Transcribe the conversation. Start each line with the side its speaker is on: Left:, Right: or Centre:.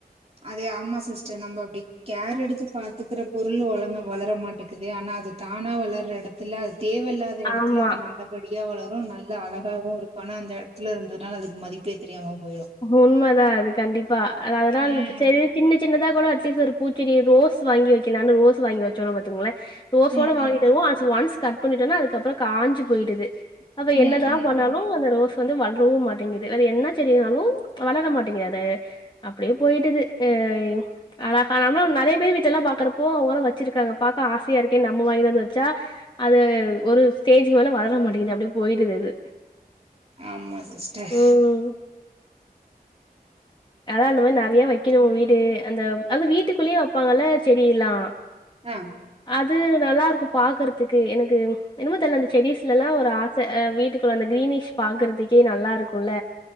Right: அது ஆமா சிஸ்டர் நம்ப அப்டி கேர் எடுத்து பாத்துக்குற பொருள் ஒழுங்கா வளர மாட்டேக்குது ஆனா அது தானா வளர்ற எடத்துல அது தேவையில்லாத எடத்துல
Left: ஆமா
Right: அது நல்ல படியா வளரு நல்ல அழகாவு இருக்கு ஆனா அந்த எடத்துல இருந்தனால அதுக்கு மதிப்பே தெரியாம போய்டும்
Left: உண்மதா அது கண்டிபா அது அதனால
Right: ம்
Left: செரி சின்ன சின்னதா கூட அட்லீஸ்ட் ஒரு பூச்செடி ரோஸ் வாங்கி வெக்கலானு ரோஸ் வாங்கி வெச்சோனு பாத்துங்ளே ரோஸோட
Right: ம்
Left: வாங்கிட்டு
Right: ம்
Left: வருவோ அது ஒன்ஸ் கட் பண்ணிட்டோனா அதுக்கப்றோ காஞ்சு போயிடுது அத என்னதா
Right: ம் ம்
Left: பண்ணாலு
Right: ம்
Left: அந்த ரோஸ் வந்து வளரவு மாடிங்கிது அது என்ன செடினாலு வளர மாட்டிங்கது அது அப்டியே போயிடுது அ அழகா நம்மளு நெறய பேர் வீட்லலா பாக்றப்போ அவுங்களா வெச்சிருகாங்க பாக்க ஆசையாருக்கேனு நம்ம வாங்கினு வந்து வெச்சா அது ஒரு ஸ்டேஜிக்கு மேலே வளர மாட்டிங்குது அப்டியே போயிருது அது
Right: ஆமா சிஸ்டர்
Left: ம் அதா அந்த மாரி நெறயா வைக்கணு வீடு அந்த அது வீட்டுகுள்ளேயே வெப்பாங்கல்ல செடிலா
Right: ஆ
Left: அது நல்லா இருக்கு பாக்றதுக்கு எனக்கு என்னமோ தெர்ல அந்த செடிஸ்லலா ஒரு ஆர் செ அ வீட்டுக்குள்ள அந்த கிரீனிஷ் பாக்குறதுக்கே நல்லா இருக்குல